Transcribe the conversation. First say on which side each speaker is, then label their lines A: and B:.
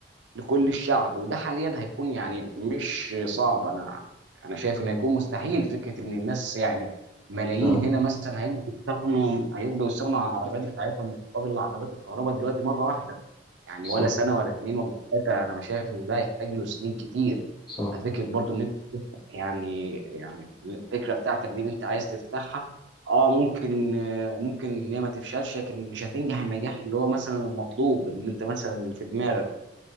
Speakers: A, on the right; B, on the left.
A: لكل الشعب وده حاليا هيكون يعني مش صعب انا انا شايف انه هيكون مستحيل فكره ان الناس يعني ملايين
B: صح
A: هنا مثلا هيقدروا يستغنوا هيقدروا يستغنوا عن العربيات بتاعتهم مقابل العربيات الكهرباء دلوقتي مره واحده يعني
B: صح
A: ولا سنه ولا اتنين ولا ثلاثه انا مش شايف ان ده يحتاج له سنين كتير
B: صح
A: ففكره برضو ان انت يعني يعني الفكره بتاعتك دي اللي انت عايز تفتحها اه ممكن آه، ممكن ان هي ما تفشلش لكن مش هتنجح النجاح اللي هو مثلا المطلوب ان انت مثلا في دماغك